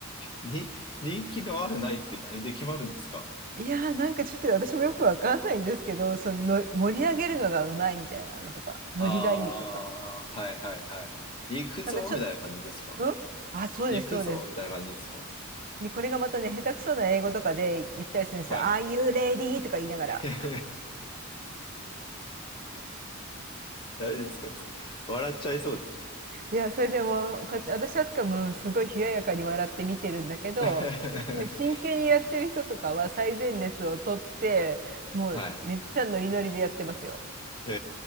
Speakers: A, on the left; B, on the right.
A: い。に、人気のあるないって何で決まるんですか
B: いやーなんかちょっと私もよくわかんないんですけど、そのの盛り上げるのがうまいみたいなのとか、ノリがいいとか。
A: ああー、はいはいはいはい。行くぞみたいな感じですか
B: なんかちょ、うんあ、そうです、
A: 行くぞみたいな感じですか
B: そうです。で、これがまたね、下手くそな英語とかで言ったりするんですよ。
A: はい。
B: Are you ready? とか言いながら。
A: <laughs> 大丈夫ですか笑っちゃいそうですね。
B: いや、それでも、こうやって私はとかもすごい冷ややかに笑って見てるんだけど、
A: <laughs>
B: ね真剣にやってる人とかは最前列を取って、もうめっちゃノリノリでやってますよ。
A: はい。へ